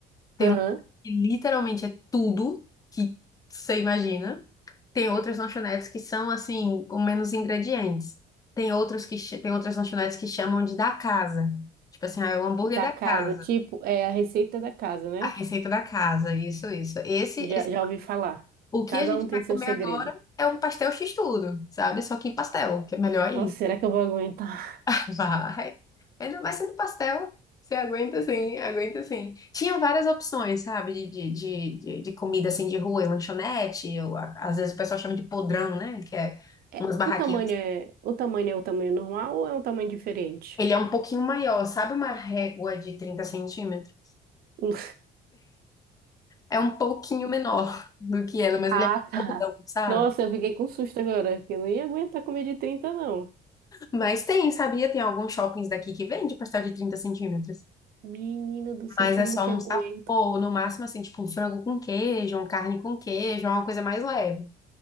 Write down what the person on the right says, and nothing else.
aham.
Da
casa,
tipo, é a receita da casa, né?
Já,
já ouvi falar.
Cada
um tem
seu
segredo.
Nossa, será que eu vou aguentar?
É,
o tamanho é, o tamanho é o tamanho normal ou é um tamanho diferente?
Um
Ah,
tá.
Nossa, eu fiquei com susto agora, que eu não ia aguentar comer de trinta não.
Menina do céu,
como
que
aguento?